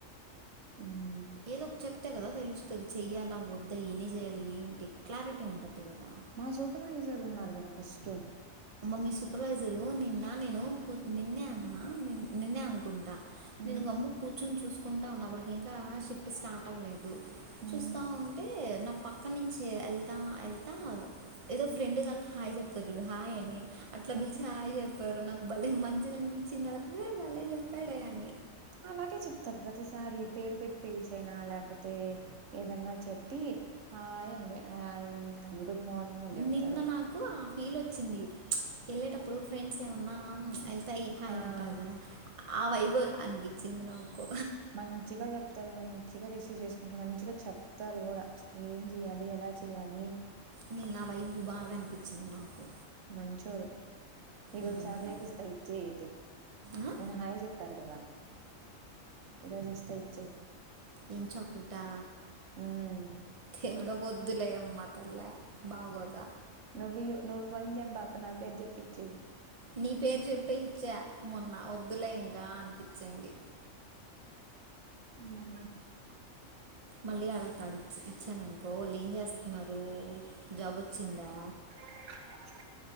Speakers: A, on the right; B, on the right.
A: హ్మ్
B: ఏదో ఒక చెప్తే కదా తెలుస్తుంది చెయ్యాలా వద్ద ఎన్ని చేయాలి ఏంటి క్లారిటీ ఉంటుది కదా
A: మా సూపర్వైజర్ ఉన్నారు కదా ఫస్ట్
B: మీ సూపర్వైజరు నిన్న నేను నిన్నే అ నిన్నే అనుకుంటా
A: హ్మ్
B: నేను కూర్చొని చూసుకుంటున్నప్పటికీ ఇంకా షిఫ్ట్ స్టార్ట్ అవ్వలేదు
A: హ్మ్
B: చూస్తా ఉంటే నా పక్క నుంచి వెళ్తా వెళ్తా ఏదో ఫ్రెండ్ కాక హాయ్ చెప్తారు చూడు హాయ్ అని
A: <inaudible>
B: అట్లా పిలిచి హాయి చెప్పారు నాకు భలే మంచిగా అనిపించింది అరే బాలే చెప్పాడే అని
A: అలాగే చెప్తారు ప్రతిసారి పేరు పెట్టి పిలిచనా లేకపోతే ఏదన్నా చెప్పి హాయ్ అంది హాయ్ గుడ్ మార్నింగ్ అని చెప్తారు
B: నిన్న నాకు ఆ ఫీల్ వచ్చింది వెళ్ళేటప్పుడు ఫ్రెండ్స్ ఏమన్నా వెళ్తాయి హాయ్
A: ఆ
B: అంటారు కదా ఆ వైబ్బు అనిపించింది నాకు
A: మంచిగా చెప్తారు మంచిగా రిసీవ్ చేసుకుంటారు మంచిగా చెప్తారు కూడా ఏం చెయ్యాలి ఎలా చెయాలి
B: నిన్న వైబు బాగా అనిపించింది నాకు
A: మంచోరు ఈరోజు
B: మ్మ్.
A: చాక్లెట్ ఇస్తా ఇచ్చేయి ఐతే
B: ఆ?
A: నిన్న హాయ చెప్పారు కదా ఇరోజు ఇస్తే ఇచ్చేయి
B: ఎం చక్లేటా
A: ఉమ్
B: దేవుడో వద్దులే అమ్మ అట్లా బాగోద
A: నువి నువ్వు అని జెప్పకు నా పేరు చెప్పిచెయ్
B: నీ పేరు చెప్పే ఇచ్చా మొన్న వద్దులే ఇంకా అనిపించింది
A: <inaudible> హ్మ్మ్
B: మళ్ళీ ఆడతడ ఇచ్చాను అనుకో వాళ్ళు ఏం చేస్తున్నారు జాబ్ వచ్చిందా
A: <inaudible>